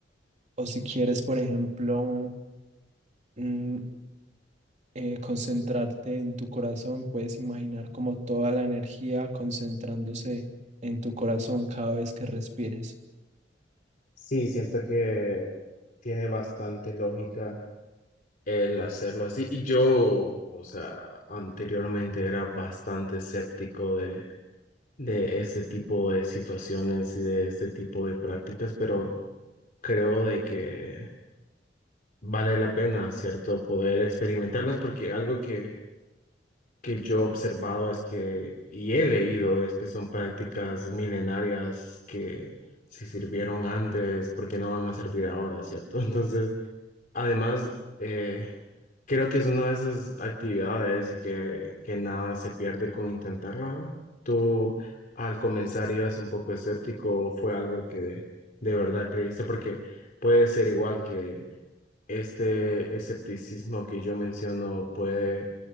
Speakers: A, on the right; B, on the left.
A: O si quieres, por ejemplo, mm, eh, concentrarte en tu corazón, puedes imaginar como toda la energía concentrándose en tu corazón cada vez que respires.
B: Sí, siento que tiene bastante lógica. el hacerlo así. Y yo, o sea, anteriormente era bastante escéptico de, de este tipo de situaciones y de este tipo de prácticas, pero creo de que vale la pena, ¿cierto? Poder experimentarlas porque algo que, que yo he observado es que, y he leído, es que son prácticas milenarias que si sirvieron antes, ¿por qué no van a servir ahora, ¿cierto? <laughs> Entonces, Además, eh, creo que es una de esas actividades de que, que nada se pierde con intentarla. ¿Tú al comenzar ibas un poco escéptico o fue algo que de verdad creíste? Porque puede ser igual que este escepticismo que yo menciono puede